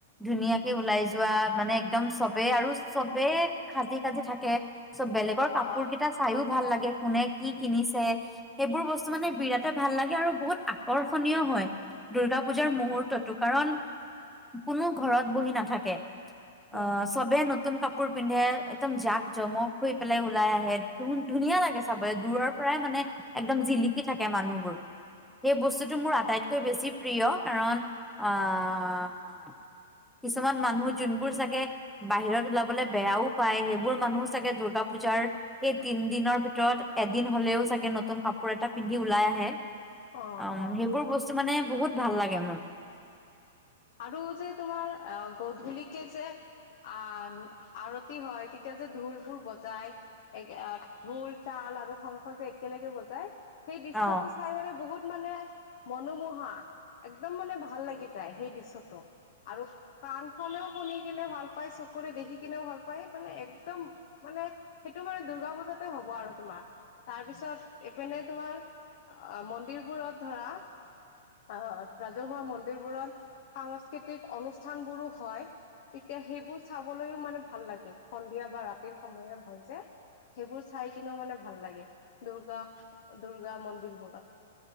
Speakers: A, in the centre; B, on the left.
A: ধুনীয়াকে ওলাই যোৱা মানে একদম চবেই আৰু চবে সাজি কাজি থাকে চব বেলেগৰ কাপোৰ
B: অ
A: কেইটা চাইও ভাল লাগে। কোনে কি কিনিছে। সেইবোৰ বস্তু মানে বিৰাট ভাল লাগে আৰু বহুত আকৰ্ষণীয় হয় দুৰ্গা পূজাৰ
B: উম
A: মুহূৰ্তত টো কাৰণ- কোনো ঘৰত বহি নাথাকে।
B: হম
A: অঁ
B: হম
A: চবে নতুন কাপোৰ। কাপোৰ পিন্ধে একদম জাক জমক হৈ পেলাই ওলাই আহে ধুনীয়া লাগে চাবলৈ দূৰৰ পৰাই মানে একদম জিলিকি থাকে মানুহবোৰ সেই বস্তুটো মোৰ আটাইতকৈ কৈ বেছি প্ৰিয় কাৰণ আহ কিছুমান মানুহ যোনবোৰ চাগে বাহিৰত ওলাবলে বেয়াও পায় সেইবোৰ মানুহো চাগে দূৰ্গা পূজাৰ সেই তিনদিনৰ ভিতৰত এদিন হলেও চাগে নতুন নতুন কাপোৰ এটা পিন্ধি ওলাই আহে
B: অ
A: অঁ
B: অ
A: সেইবোৰ বস্তু মানে বহুত ভাল লাগে মোৰ
B: আৰু যে তোমাৰ আহ গধূলিকে যে আহ আৰতি হয় তেতিয়া যে ঢোল বোৰ বজাই ঢোল তাল আৰু শংস যে একেলগে বজাই সেই দৃশ্যটো
A: অ'
B: চাই মানে বহুত মানে মনোমোহা একদম মানে ভাল লাগি যায়। সেই দৃশ্যটো আৰু কাণখনেও শুনি কিনে ভাল পায় চকুৰে দেখি কিনেও ভাল পায় স মানে একদম মানে সেইটো মানে দূৰ্গা পূজাতে হব আৰু তোমাৰ তাৰ পিছত এইপিনে তোমাৰ আহ মন্দিৰবোৰত ধৰা আহ ৰাজহুৱা মন্দিৰবোৰত সাংস্কৃতিক অনুষ্ঠান বোৰো হয় তেতিয়া সেইবোৰ চাবলৈও মানে ভাল লাগে সন্ধিয়া বা ৰাতিৰ সময়ত হয় যে সেইবোৰ চাই কিনেও মানে ভাল লাগে দৰ্গা দুৰ্গামন্দিৰবোৰত।।